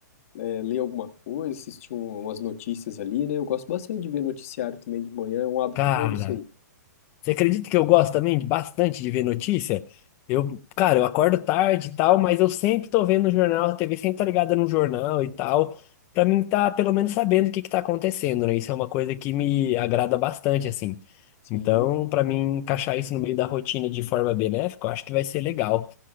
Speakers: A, on the left; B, on the left.
A: é, ler alguma coisa, assistir um- umas notícias ali, né? Eu gosto bastante de ver noticiário também de manhã, é um hábito
B: Cara,
A: bom isso aí.
B: Você acredita que eu gosto também de- bastante de ver notícia? Eu, cara, eu acordo tarde e tal, mas eu sempre tô vendo o jornal, a TV sempre tá ligada no jornal e tal, pra mim tá pelo menos sabendo o que que tá acontecendo, né? Isso é uma coisa que me agrada bastante, assim.
A: Sim,
B: Então, pra mim encaixar isso no meio da rotina de forma benéfica, eu acho que vai ser legal.